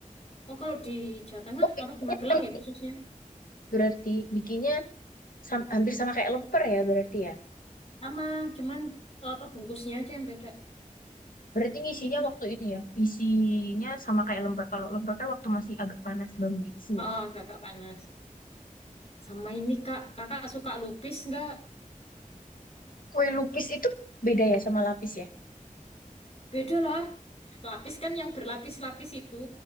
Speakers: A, on the left; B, on the left.
A: Oh, kalau di Jawa Tengah,
B: Oh, bikinnya
A: apa di Magelang
B: kayak
A: ya khususnya?
B: berarti bikinnya sam- hampir sama kayak lemper ya berarti ya.
A: Sama, cuman eh, apa bungkusnya aja yang beda.
B: Berarti ngisinya
A: Itu
B: waktu
A: sih.
B: ini ya. Isinya sama kayak lemper. Kalau lemper kan waktu masih agak panas baru diisi
A: Oh,
B: ya.
A: kakak panas. Sama ini kak, kakak suka lupis nggak?
B: Kue lupis itu beda ya sama lapis ya.
A: Beda lah. Lapis kan yang berlapis-lapis itu.